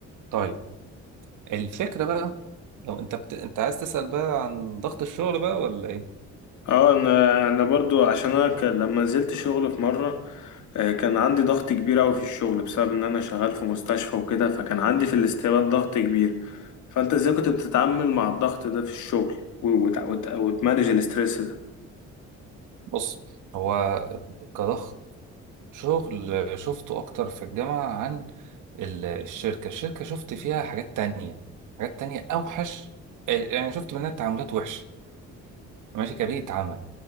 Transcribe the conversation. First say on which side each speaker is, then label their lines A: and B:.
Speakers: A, on the right (about 85°); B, on the left (about 75°).
A: طيب الفكرة بقى لو انت بت... انت عايز تسأل بقى عن ضغط الشغل بقى ولا ايه
B: اه انا انا برضو عشان انا كان لما نزلت شغل في مره آه، كان عندي ضغط كبير قوي في الشغل بسبب ان انا شغال في مستشفى وكده فكان عندي في الاستقبال ضغط كبير فانت ازاي كنت بتتعامل مع الضغط ده في الشغل و- وت- وت- وتمانج الاسترس ده
A: بص هو كضغط شغل شفته اكتر في الجامعة عن ال- الشركة الشركة شفت فيها حاجات تانية حاجات تانية اوحش آه، يعني شفت منها تعاملات وحشة ماشي كبيئة عمل